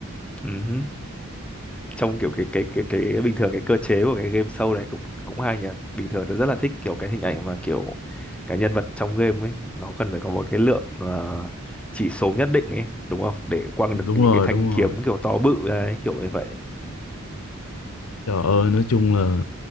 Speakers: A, in the centre; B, on the left.
A: Ừm, Trong kiểu cái cái cái cái bình thường cái cơ chế của cái game show này cũng cũng hay nhỉ. Bình thường tôi rất là thích kiểu cái hình ảnh mà kiểu cái nhân vật trong game ấy nó cần phải có một cái lượng ờ, chỉ số nhất định ấy đúng không để quăng
B: Ừ,
A: được
B: Đúng
A: những
B: rồi,
A: cái thanh
B: đúng
A: kiếm
B: rồi.
A: kiểu to bự đấy kiểu như vậy
B: Trời ơi, nói chung là